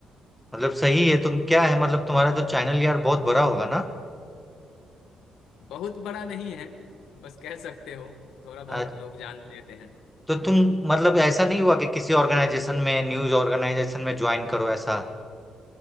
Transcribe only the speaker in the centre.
मतलब सही है तुम क्या है मतलब तुम्हारा तो चैनल यार बहुत बड़ा होगा ना
आ,
तो तुम मतलब ऐसा नहीं हुआ कि किसी ऑर्गेनाइजेशन में न्यूज़ ऑर्गेनाइजेशन में ज्वाइन करो ऐसा